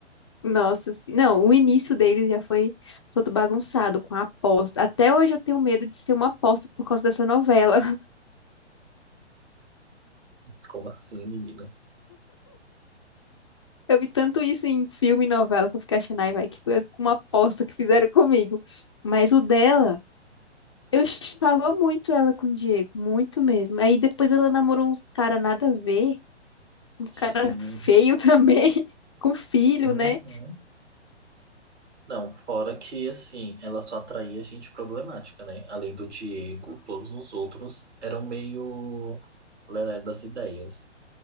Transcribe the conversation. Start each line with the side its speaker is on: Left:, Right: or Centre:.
Left: Nossa, sim. Não, o início dele já foi todo bagunçado com a aposta. Até hoje eu tenho medo de ser uma aposta por causa dessa novela. <laughs>
Right: Como assim, menina?
Left: Eu vi tanto isso em filme e novela que eu fiquei achando, ai, vai, que foi uma aposta que fizeram comigo. Mas o dela, eu chipava muito ela com o Diego, muito mesmo. Aí depois ela namorou uns cara nada a ver, uns cara
Right: Sim.
Left: feio também, <laughs> com filho,
Right: Uhum.
Left: né?
Right: Não, fora que, assim, ela só atraía gente problemática, né? Além do Diego, todos os outros eram meio lelé das ideias.